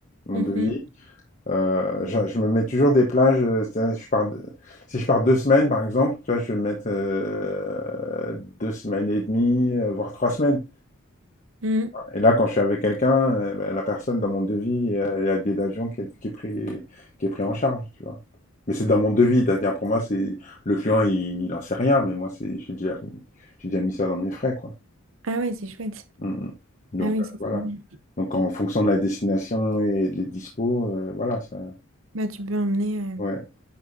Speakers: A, on the left; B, on the right.
A: mon
B: Mhm.
A: devis, euh, je, je me mets toujours des plages. euh, c'est-à-dire, je pars, de- si je pars deux semaines, par exemple, tu vois, je vais me mettre euh, deux semaines et demie, euh, voire trois semaines.
B: Mhm.
A: Et là, quand je suis avec quelqu'un, euh, ben, la personne dans mon devis, euh, il y a le billet d'avion qui est, qui est pris, qui est pris en charge, tu vois. Mais c'est dans mon devis, c'est-à-dire pour moi, c'est le client, il, n'en sait rien, mais moi, c'est, j'ai déjà, j'ai déjà mis ça dans mes frais, quoi.
B: Ah ouais, c'est chouette.
A: Mm, mm. Donc
B: Ah oui,
A: euh,
B: c'est
A: voilà.
B: trop bien.
A: Donc en fonction de la destination et des dispos, euh, voilà, ça.
B: Bah tu peux emmener,
A: Ouais,
B: euh,